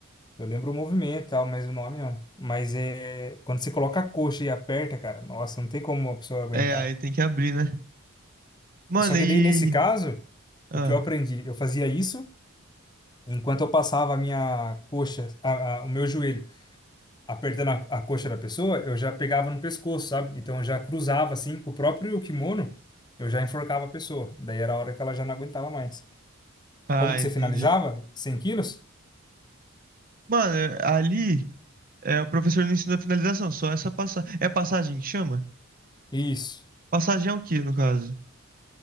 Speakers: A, on the left; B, on the right.
A: Eu lembro o movimento e tal, mas o nome não. Mas é quando você coloca a coxa e aperta, cara, nossa, não tem como a pessoa aguentar.
B: É, aí tem que abrir, né? Mano,
A: Só
B: e.
A: que daí nesse caso,
B: Ah,
A: o que eu aprendi, eu fazia isso enquanto eu passava a minha coxa, a- a- o meu joelho apertando a, a coxa da pessoa, eu já pegava no pescoço, sabe? Então eu já cruzava assim com o próprio kimono, eu já enforcava a pessoa. Daí era a hora que ela já não aguentava mais.
B: ah,
A: Como que
B: entendi.
A: você finalizava? 100 quilos?
B: Mano, é- ali é, o professor não ensina a finalização, só essa passagem. É passagem que chama?
A: Isso.
B: Passagem é o quê, no caso?